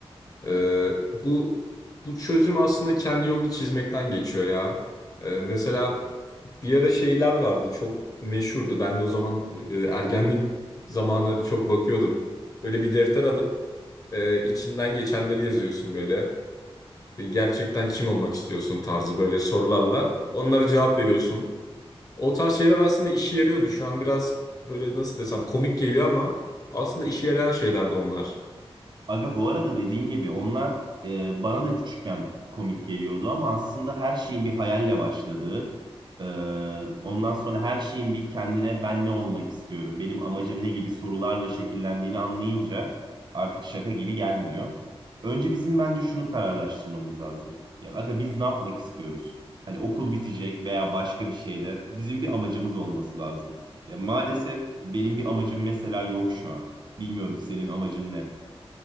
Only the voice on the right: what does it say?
Aga bu arada dediğin gibi onlar e, bana da küçükken komik geliyordu ama aslında her şeyin bir hayalle başladığı, e, ondan sonra her şeyin bir kendine ben ne olmak istiyorum, benim amacım ne gibi sorularla şekillendiğini anlayınca artık şaka gibi gelmiyor. Önce bizim bence şunu kararlaştırmamız lazım. Ya aga biz ne yapmak istiyoruz? Hani okul bitecek veya başka bir şeyde bizim bir amacımız olması lazım. Ya maalesef benim bir amacım mesela yok şu an. Bilmiyorum senin amacın ne?